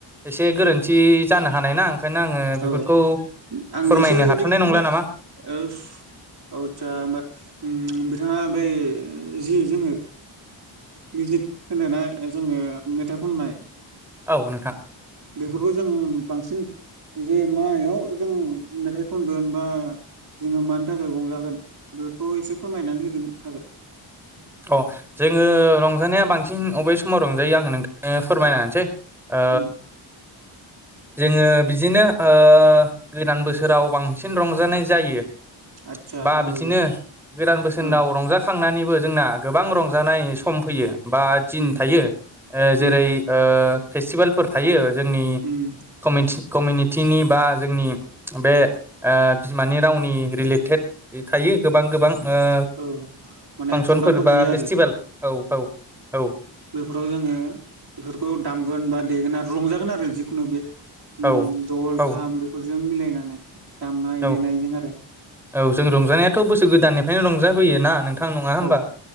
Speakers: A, in the centre; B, on the right.
A: एसे गोरोन्थि जानो हानाय ना ओंखायनो आङो
B: औ
A: बेफोरखौ
B: आंनो
A: फोरमायनो
B: एसे
A: हाथ'नाय
B: जिखुनु
A: नंला नामा
B: ओ आसा होमबा उम बिथाङा बै जि जोङो मिउजिक होनोना जोङो मेथाइ खननाय
A: औ नोंथां
B: बेफोरखौ जों बांसिन जे मायाव जों मेथाइ खनगोन बा जोङो मानि थाखाय रंजागोन बेफोरखौ एसे फोरमायनानै होगोन हागोन?
A: अ जोङो रंजानाया बांसिन अबे समाव रंजायो आङो नों थांनो फैरमाइना होनोसै। ओ
B: उम
A: जोङो बिदिनो ओ गोदान बोसोराव बांसिन रंजानाय जायो।
B: आदसा
A: बा बिदिनो
B: औ
A: गोदान बोसोराव
B: औ
A: रंजाखांनानैबो जोंना गोबां रंजानाय सम फैयो‌। बा दिन
B: उम
A: थायो ओ जेरै
B: उम
A: ओ फेस्टिभेलफोर थायो। जोंनि
B: उम
A: कमिटि कमिउनिटिनि बा जोंनि बे ओ बिमानि रावनि रिलेटेड थायो गोबां गोबां ओ
B: औ माने
A: फांसनफोर
B: प्रग्रामबो
A: बा
B: थायो
A: फेस्टिभेल
B: आरो
A: औ औ औ
B: बेफोराव जोङो बेफोरखौ दामगोन बा, देगोना रंजा गोन आरो जिखुनु बे उम
A: औ
B: दल,
A: औ
B: खाम बेफोरजों मिलायनानै दामनाय
A: औ
B: देनायजों आरो
A: औ जों रंजानाया थ' बोसोर गोदाननिफ्रायनो रंजाबोयो ना नोंथां नङा होमबा?
B: औ